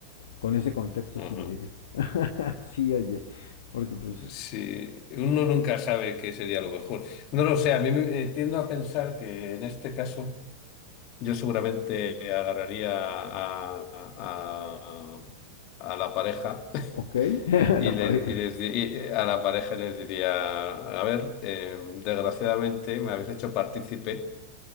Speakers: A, on the left; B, on the left.
A: Con ese contexto
B: Ajá.
A: sí le diría. <laughs> sí, oye, porque pues,
B: Sí, uno nunca sabe qué sería lo mejor. No lo sé, a mí me eh, tiendo a pensar que en este caso Yo seguramente agarraría a, a- a- a la pareja <laughs>
A: ok, <laughs>
B: y,
A: la
B: les,
A: pareja.
B: y les di- y, eh, a la pareja les diría, a ver, eh, desgraciadamente me habéis hecho partícipe,